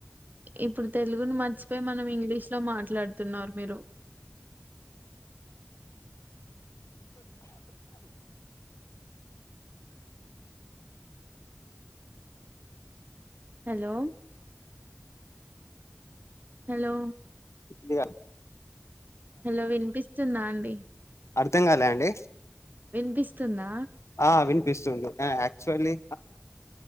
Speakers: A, on the right; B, on the left.
A: ఇప్పుడు తెలుగును మర్చిపోయి మనం ఇంగ్లీష్ లో మాట్లాడుతున్నారు మీరు హలో హలో
B: ఇలియ
A: హలో వినిపిస్తుందా అండి
B: అర్ధం కాలా అండి
A: వినిపిస్తుందా
B: ఆ వినిపిస్తుంది యాక్చువల్లీ